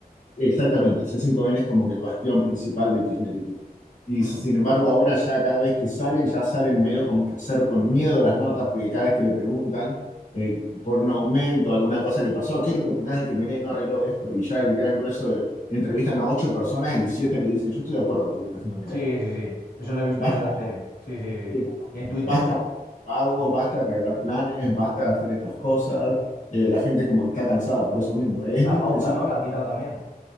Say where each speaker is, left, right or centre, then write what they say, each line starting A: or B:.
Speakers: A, on the left; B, on the left.
A: Exactamente, c cinco n es como que el bastión principal del kirchnerismo. Y
B: Mm.
A: sin embargo, ahora ya cada vez que salen, ya salen medio como que hacer con miedo las notas, porque cada vez que le preguntan eh, por un aumento, alguna cosa que pasó, ¿qué es lo que opinás de que Milei no arregló esto? Y ya el gran grueso de entrevistan a ocho personas y siete le dicen, yo estoy de acuerdo con lo que está haciendo Milei.
B: Sí, sí, sí. Eso lo he visto
A: Basta,
B: yo en la tele. Sí, sí,
A: eh,
B: sí. Y en Twitter.
A: basta pagos, basta de regalar planes, basta de hacer estas cosas. Eh, la gente como que está cansada por eso mismo. Es
B: La
A: el mismo
B: pauta,
A: principio.
B: ¿no? La han quitado también.